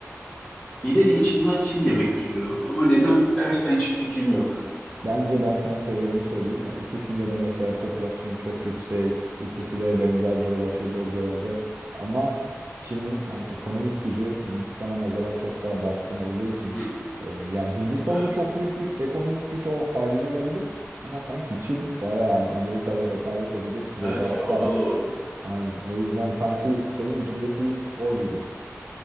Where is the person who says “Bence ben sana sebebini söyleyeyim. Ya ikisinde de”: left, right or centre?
Right